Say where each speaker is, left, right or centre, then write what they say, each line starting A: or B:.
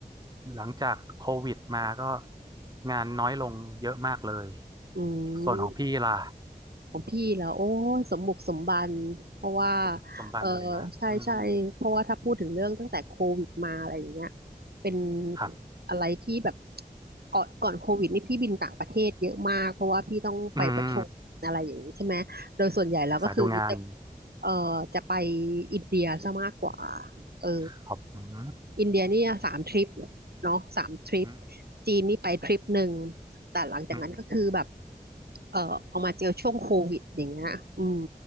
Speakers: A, on the right; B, on the right.
A: หลังจากโควิดมาก็งานน้อยลงเยอะมากเลย
B: อื
A: ส่วนของพี่ล่ะ
B: ม ของพี่แล้วโอ้ยสมบุกสมบันเพราะว่า
A: สมสมบัติเลยนะอืม
B: เออใช่ใช่เพราะว่าถ้าพูดถึงเรื่องตั้งแต่โควิดมาอะไรอย่างเงี้ยเป็น
A: ครับ
B: อะไรที่แบบก่อนก่อนโควิดนี่พี่บินต่างประเทศเยอะมากเพราะว่าพี่ต้องไปประชุมอะไรอย่างนี้ใช่ไหมโดยส่วนใหญ่แล้วก็คือจะ
A: อืมศึกษาดูงาน
B: เออจะไปอินเดียซะมากกว่าเออ
A: ครับอืม
B: อินเดียนี่สามทริปเนาะสามทริป
A: อืม
B: จีนนี่ไปทริปหนึ่ง แต่หลังจากนั้นก็คือแบบ
A: อืม
B: เอ่อพอมาเจอช่วงโควิดอย่างเงี้ยอืม